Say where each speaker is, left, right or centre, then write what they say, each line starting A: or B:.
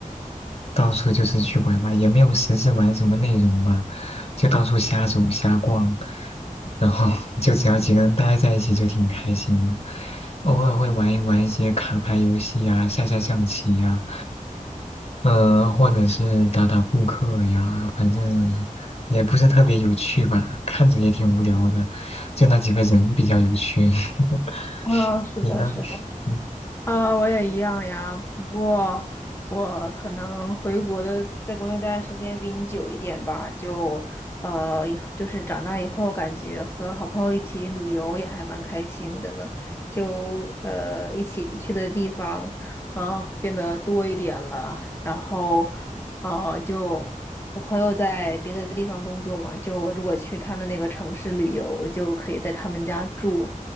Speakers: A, on the left; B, on the left.
A: 到处就是去玩嘛，也没有实质玩什么内容吧，就到处瞎走瞎逛，然后 <laughs> 就只要几个人待在一起就挺开心的。偶尔会玩一玩一些卡牌游戏呀、下下象棋呀、呃，或者是打打扑克呀，反正也不是特别有趣吧，看着也挺无聊的，就那几个人比较有趣。<laughs>
B: 啊，是的，
A: 你呢？
B: 是的。
A: 嗯
B: 啊，我也一样呀，不过我可能回国的在国内待的时间比你久一点吧，就呃，以后就是长大以后，感觉和好朋友一起旅游也还蛮开心的呢，就呃一起去的地方呃变得多一点了，然后呃就我朋友在别的地方工作嘛，就我如果去他的那个城市旅游，就可以在他们家住，